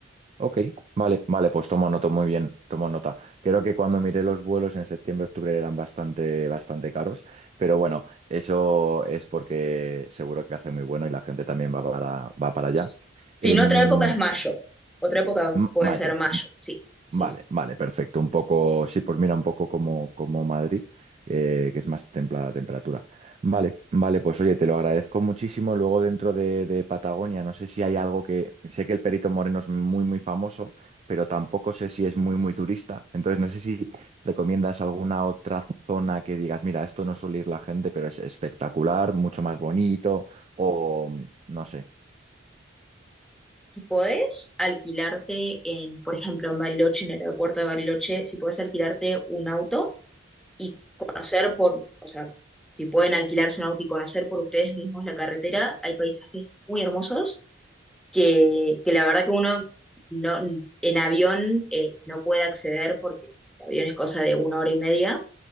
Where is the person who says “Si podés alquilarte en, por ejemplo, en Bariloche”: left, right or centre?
Centre